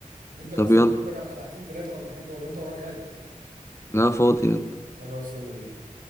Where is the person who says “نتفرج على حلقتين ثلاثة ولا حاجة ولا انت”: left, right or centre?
Right